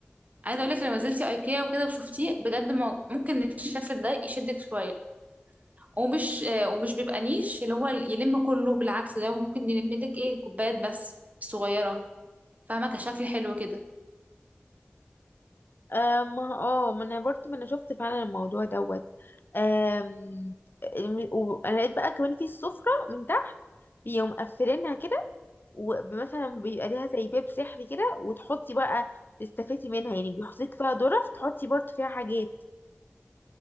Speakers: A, on the right; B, on the left.
A: عايزه اقول لك لو نزلتي ايكيا وكده وشفتيه بجد ما- ممكن الشفت ده يشدك شويه ومش آه، ومش بيبقى نيش اللي هو يلم كله بالعكس ده ممكن يلم لك ايه الكوبايات بس الصغيره فاهمه كشكل حلو كده
B: آه ما اه ما انا برضه ما انا شفت فعلا الموضوع دوت آم، الم- و- انا لقيت بقى كمان في السفرة من تحت بيقوم مقفلينها كده ومثلا بيبقى ليها زي باب سحري كده وتحطي بقى تستفيدي منها يعني بيحطيك فيها ظرف تحطي برضه فيها حاجات